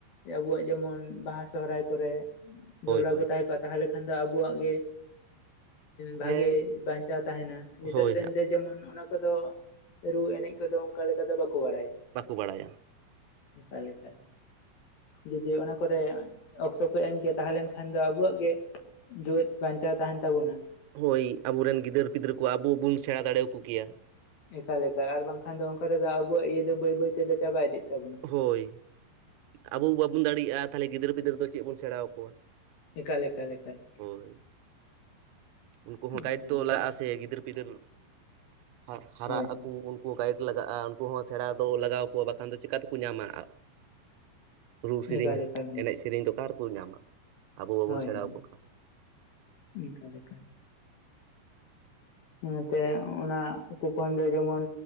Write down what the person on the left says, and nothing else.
ᱟᱵᱩᱣᱟᱜ ᱡᱮᱢᱚᱱ ᱵᱟᱦᱟ ᱥᱚᱦᱨᱟᱭ ᱠᱚᱨᱮ <unintelligible>
ᱠᱚ ᱛᱟᱦᱮᱸ ᱠᱚᱜᱼᱟ ᱛᱟᱦᱚᱞᱮ ᱠᱷᱟᱱ ᱫᱚ ᱟᱵᱚᱣᱟᱜ ᱜᱮ ᱵᱷᱟᱹᱜᱤ
ᱵᱟᱧᱪᱟᱣ ᱛᱟᱦᱮᱱᱟ ᱱᱤᱛᱚᱜ
ᱨᱮᱱ ᱫᱚ ᱡᱮᱢᱚᱱ ᱚᱱᱟ ᱠᱚᱫᱚ ᱨᱩ ᱮᱱᱮᱡ ᱠᱚᱫᱚ ᱚᱱᱠᱟ ᱞᱮᱠᱟ ᱫᱚ ᱵᱟᱠᱚ ᱵᱟᱲᱟᱭᱟ
ᱚᱱᱠᱟ ᱞᱮᱠᱟ ᱡᱩᱫᱤ ᱚᱱᱟ ᱠᱚᱨᱮ ᱚᱠᱛᱚ ᱠᱚ ᱮᱢ ᱜᱮ ᱛᱟᱦᱚᱞᱮᱱ ᱠᱷᱟᱱ ᱫᱚ ᱟᱵᱚᱣᱟᱜ ᱜᱮ ᱡᱤᱣᱤᱫ ᱵᱟᱧᱪᱟᱣ ᱛᱟᱦᱮᱱ ᱛᱟᱵᱚᱱᱟ
ᱮᱠᱟᱞ ᱮᱠᱟᱞ ᱟᱨ ᱵᱟᱝᱠᱷᱟᱱ ᱫᱚ ᱚᱱᱠᱟ ᱨᱮᱫᱚ ᱟᱵᱚᱣᱟᱜ ᱤᱭᱟᱹ ᱫᱚ ᱵᱟᱹᱭ ᱵᱟᱹᱭ ᱛᱮ ᱪᱟᱵᱟ ᱤᱫᱤᱜ ᱛᱟᱵᱚᱱᱟ
ᱮᱠᱟᱞ ᱮᱠᱟᱞ ᱮᱠᱟᱞ
ᱟᱹᱰᱤ
ᱱᱟᱯᱟᱭ
ᱦᱳᱭ
ᱦᱳᱭ
ᱮᱠᱟᱞ ᱮᱠᱟᱞ
ᱦᱳᱭ
ᱦᱳᱭ
ᱱᱤᱝᱠᱟ ᱞᱮᱠᱟ ᱚᱱᱟᱛᱮ ᱚᱱᱟ <unintelligible> ᱠᱷᱚᱱ ᱫᱚ ᱡᱮᱢᱚᱱ